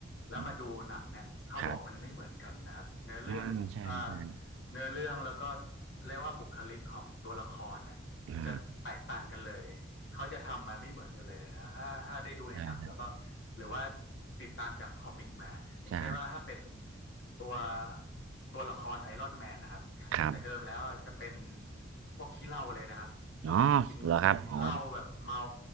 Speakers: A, on the left (about 65°); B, on the right (about 85°).
A: แล้วมาดูหนังเนี่ยเขาบอกมันไม่เหมือนกันนะครับเนื้อเรื่องเอ่อ
B: อืมครับอ่าใช่ใช่
A: เนื้อเรื่องแล้วก็เรียกว่าบุคลิกของตัวละครเนี่ยจะแตกต่างกันเลยเขาจะทำมาไม่เหมือนกันเลยถ้าถ้าได้ดูในหนังแล้วก็
B: อ่าใช่
A: หรือว่าติดตามจากคอมิกมาอย่างเช่นว่าถ้าเป็น
B: ใช่
A: ตัวตัวละครไอรอนแมนนะครับแต่เดิมแล้วจะเป็น
B: ครับ
A: พวกขี้เหล้าเลยนะครับ แบบกินกินเหล้าแบบเมา
B: อ๋อเหรอครับอ๋อ